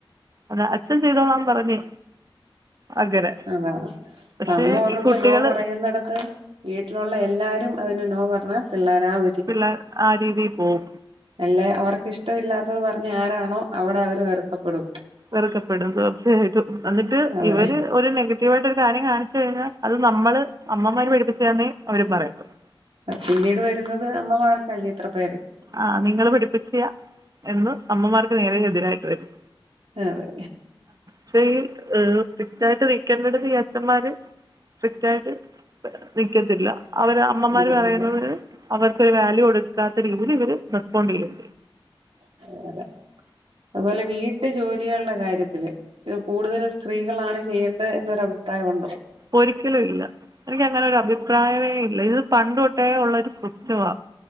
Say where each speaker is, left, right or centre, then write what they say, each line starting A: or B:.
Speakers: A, on the right; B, on the right.
A: അതാ അച്ഛൻ ചെയ്തോളാന്ന് പറഞ്ഞ് അങ്ങനെ
B: അതാണ്
A: പക്ഷേ
B: അമ്മ പറ്ഞ്ഞൊത്ത്
A: ഈ കുട്ടികൾ
B: നോ പറയുന്നെടത്ത് വീട്ട്ലുള്ള എല്ലാരും അതിനെ നോ പറഞ്ഞാ പിള്ളേരാവ
A: പിള്ളേ ആ രീതീ പോവും
B: എല്ലേ അവർക്കിഷ്ടമില്ലാത്തത് പറഞ്ഞേ ആരാണോ അവടെ അവര് വെറുക്കപ്പെടും
A: വെറുക്കെപ്പെടും തീർച്ചയായിട്ടും എന്നിട്ട്
B: അതെ
A: ഇവര് ഒരു നെഗറ്റീവായിട്ടൊരു കാര്യം കാണി ച്ച് കഴിഞ്ഞാ അത് നമ്മള് അമ്മമാര് പഠിപ്പിച്ചാന്നേ അവര് പറയത്തൊള്ളൂ
B: അത് പിന്നീട് വരുന്നത് അമ്മമാർക്കല്ലേ ഇത്ര പേര്
A: ആഹ് നിങ്ങൾ പഠിപ്പിച്ച്യാ എന്ന് അമ്മമാർക്ക് നേരെ എതിരായിട്ട് വരും
B: ആതെ
A: ക്ഷേ ഈ സ്ട്രിക്റ്റായിട്ട് വെക്കെണ്ടെടത്ത് ഈ അച്ഛന്മാര് സ്ട്രിക്റ്റായ്ട്ട് നിക്കെത്തില്ല അവര് അമ്മമാർ
B: അതെ
A: പറയുന്നതൊരു അവർക്കൊര് വേല്യു കൊടുക്കാത്ത രീതീലിവര് റെസ്പോണ്ടെയ്യ്ണ്ട്
B: <unintelligible> അതുപോലെ വീട്ടു ജോലികൾടെ കാര്യത്തില് ഇത് കൂട്തൽ സ്ത്രീകളാണ് ചെയ്യേണ്ടേ എന്നൊരു അഭിപ്രായമുണ്ടോ
A: ഒരിക്കലു ഇല്ലാ എനിക്കങ്ങനൊരു അഭിപ്രായമേ ഇല്ല ഇത് പണ്ട് തൊട്ടേ ഉള്ളൊരു കൃത്യവാ